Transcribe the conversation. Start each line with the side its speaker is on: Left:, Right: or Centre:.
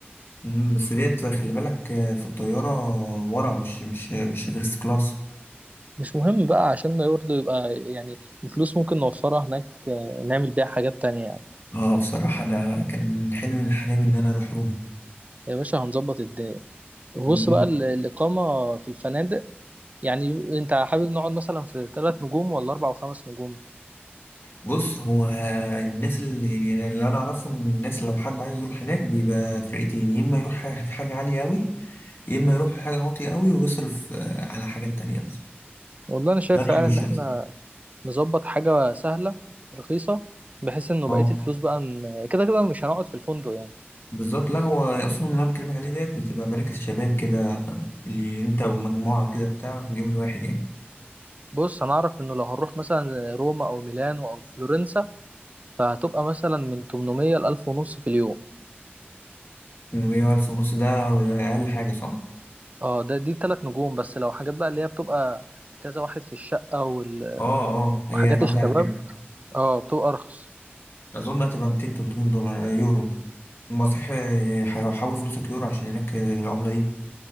Left: مم، بس ديت خلي بالك آه، في الطيارة ورا مش مش مش فيرست كلاس
Right: مش مهم بقى عشان ما برضه يبقى يعني الفلوس ممكن نوفرها هناك آه، نعمل بيها حاجات تانية يعني
Left: اه بصراحة أنا كان حلمي من حلمي إن أنا أروح روما
Right: يا باشا هنظبط الدنيا بص
Left: مم.
Right: بقى ال- الإقامة في الفنادق يعني انت حابب نقعد مثلا في ثلاث نجوم ولا أربع وخمس نجوم
Left: بص هو الناس اللي يعني اللي أنا أعرفه إن الناس لو حد عايز يروح هناك بيبقى فرقتين يا إما يروح في حاجة عالية أوي يا إما يروح في حاجة واطية أوي ويصرف آه، على حاجات تانية مثلا
Right: والله أنا شايف
Left: ده رأيي
Right: فعلا
Left: الشخصي
Right: إن احنا نظبط حاجة سهلة رخيصة بحيث إنه
Left: اه
Right: بقية الفلوس بقى ن- كده كده مش هنقعد في الفندق يعني
Left: بالظبط لا هو أصلا اللي أنا بكلمك عليه ديت بتبقى مراكز شباب كده اللي أنت ومجموعة كده بتاع في اليوم الواحد يعني
Right: بص انا اعرف انه لو هنروح مثلا روما او ميلانو او فلورنسا فهتبقى مثلا من 800 ل 1000 ونص في اليوم
Left: 100 وألف ونص ده أقل حاجة صح؟
Right: اه ده دي تلات نجوم بس لو حاجات بقى اللي هي بتبقى كذا واحد في الشقة وال-
Left: اه اه هي
Right: وحاجات
Left: قصدي
Right: الشباب
Left: على كده
Right: اه بتبقى ارخص
Left: أظن هتبقى 200 300 دولار آه، يورو ما صحيح آه، ح- حول فلوسك يورو عشان هناك آه، العملة دي